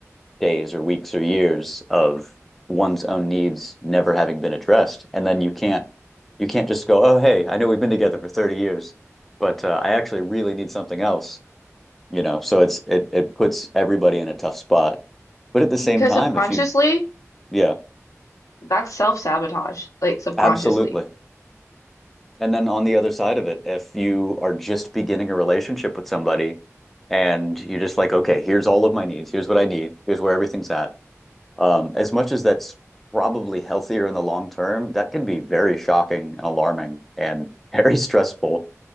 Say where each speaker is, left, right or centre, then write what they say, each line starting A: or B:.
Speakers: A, in the centre; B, on the left.
A: days or weeks or years of one's own needs never having been addressed. And then you can't you can't just go, oh, hey, I know we've been together for 30 years, but uh, I actually really need something else, you know. So it's it it puts everybody in a tough spot. But at the same
B: because
A: time,
B: subconsciously
A: if you yeah,
B: That's self-sabotage, like subconsciously.
A: absolutely. And then on the other side of it, if you are just beginning a relationship with somebody and you're just like, okay, here's all of my needs, here's what I need, here's where everything's at Um, As much as that's probably healthier in the long term, that can be very shocking and alarming and <laughs> very stressful